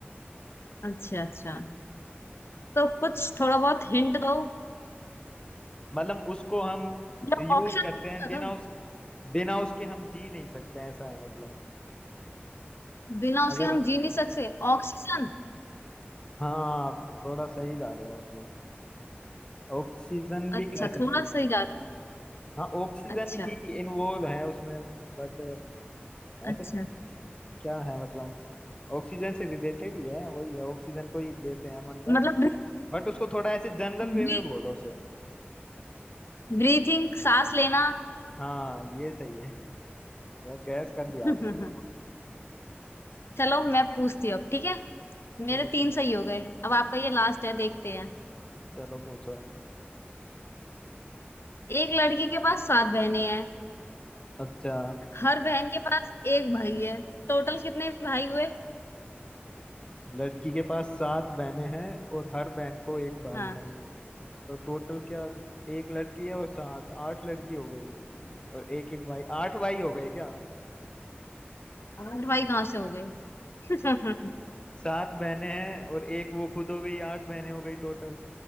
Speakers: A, on the left; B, on the left.
A: अच्छा अच्छा तो कुछ थोड़ा बहुत हिंट दो
B: मतलब उसको हम
A: या
B: यूज
A: ऑप्शन
B: करते हैं बिना
A: दो
B: उस बिना उसके हम जी नहीं सकते ऐसा है मतलब
A: बिना उसके
B: अगर
A: हम जी नहीं सकते ऑक्सीजन
B: हाँ आप थोड़ा सही जा रहे हो मतलब ऑक्सीजन भी
A: अच्छा
B: कह सकते
A: थोड़ा
B: हो
A: सही जा रहा
B: हाँ ऑक्सीजन
A: है। अच्छा
B: ही इन्वॉल्व है उसमें बट
A: अच्छा
B: ऐसा क्या है मतलब ऑक्सीजन से रिलेटेड ही है वही है ऑक्सीजन को ही लेते हैं हम अंदर
A: मतलब
B: बट उसको थोड़ा ऐसे जनरल
A: ब्रीथिंग
B: वे में बोलो उसे
A: ब्रीथिंग सांस लेना
B: हाँ ये सही है यार गैस कर
A: <laughs>
B: लिया आपने ये
A: चलो मैं पूछती हूँ अब ठीक है मेरे
B: चलो
A: तीन
B: पूछो
A: सही हो गए अब आपका ये लास्ट है देखते हैं
B: चलो पूछो
A: एक लड़की के पास सात बहनें हैं
B: अच्छा
A: हर बहन के पास एक भाई है टोटल कितने भाई हुए
B: लड़की के पास सात बहनें हैं और हर बहन को एक भाई
A: हाँ
B: है तो टोटल क्या एक लड़की है और सात आठ लड़की हो गई और एक एक भाई आठ भाई हो गए क्या
A: आठ भाई कहाँ से हो गए <laughs>
B: सात बहनें हैं और एक वो खुद हो गई आठ बहनें हो गई टोटल